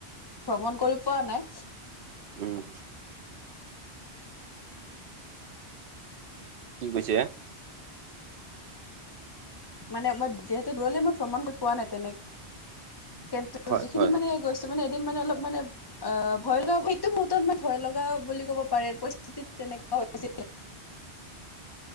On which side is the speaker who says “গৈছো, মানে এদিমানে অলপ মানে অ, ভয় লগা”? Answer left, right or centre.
Left